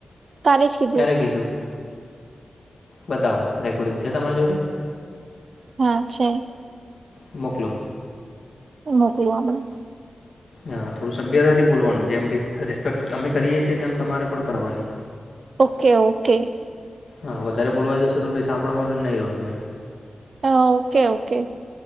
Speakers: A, on the right; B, on the left.
A: કાલે જ
B: ક્યારે
A: હતું
B: કીધું બતાવો રેકોર્ડિંગ છે તમારા જોડે
A: હા છે.
B: મોકલો.
A: મોકલું આપણે
B: હા થોડું સભ્યતાથી બોલવાનું જેમ રિસ્પેક્ટ અમે કરીએ છીએ તેમ તમારે પણ કરવાની
A: ઓકે ઓકે
B: હા વધારે બોલવા જશો તો ભાઈ સાંભળવા પર નહિ રહો તમે.
A: હા ઓકે ઓકે.